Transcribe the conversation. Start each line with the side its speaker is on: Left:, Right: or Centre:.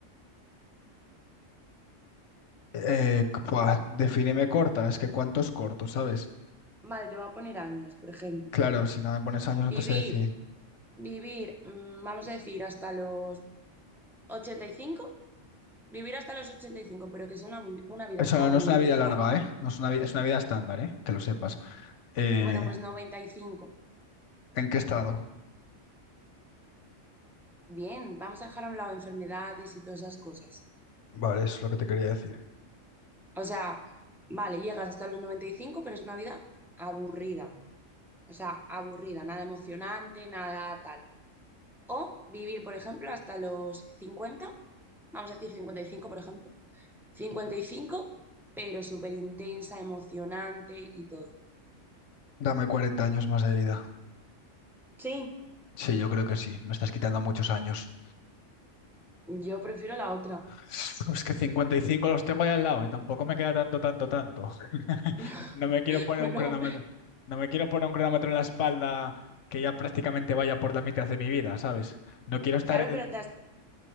Left: Eh, pua, defíneme corta, es que cuánto es corto, ¿sabes?
Centre: Vale, te voy a poner años, por ejemplo.
Left: Claro, si no me pones años no
Centre: Vivir,
Left: te sé decir.
Centre: vivir, mm, vamos a decir, hasta los 85. vivir hasta los 85, pero que sea una, abu- una vida
Left: Eso
Centre: aburrida.
Left: no es una vida larga, ¿eh? No es una, vi- es una vida estándar, ¿eh? Que lo sepas. Eh,
Centre: Bueno, pues 95.
Left: ¿en qué estado?
Centre: Bien, vamos a dejar a un lado enfermedades y todas esas cosas.
Left: Vale, eso es lo que te quería decir.
Centre: O sea, vale, llegas hasta los 95, pero es una vida aburrida. O sea, aburrida, nada emocionante, nada tal. O vivir, por ejemplo, hasta los 50, vamos a decir 55, por ejemplo. cincuenta y cinco, pero súper intensa, emocionante y todo.
Left: Dame 40 años más de vida.
Centre: Sí,
Left: Sí, yo creo que sí. Me estás quitando muchos años.
Centre: Yo prefiero la otra.
Left: <laughs> Pues que 55 los tengo ya al lado y tampoco me queda tanto, tanto, tanto. <laughs>
Centre: <laughs>
Left: No me quiero poner
Centre: Pues
Left: un
Centre: no,
Left: cronómetro, no me quiero poner un cronómetro en la espalda que ya prácticamente vaya por la mitad de mi vida, ¿sabes? No quiero estar
Centre: claro, pero te, as-